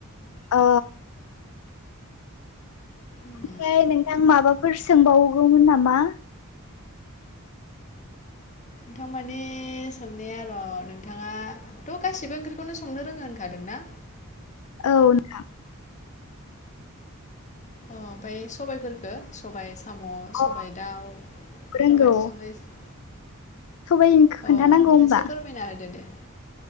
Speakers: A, on the left; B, on the left.
A: अ
B: उम
A: ओमफ्राय नोंथां माबाफोर सोंबावगौमोन नामा
B: नोंथां माने सोंनाया र' नोंथाङाथ' गासिबो ओंख्रिखौनो संनो रोङो होनखादों ना
A: औ नोंथां
B: अ ओमफाय सबायफोरखौ सबाय सा साम' सबाय
A: अ
B: दाउ
A: रोंगौ
B: माबादि संनाय जा
A: सबाइनि खोन्थानांगौ
B: अ
A: होमबा
B: एसे फोरमायना होदो दे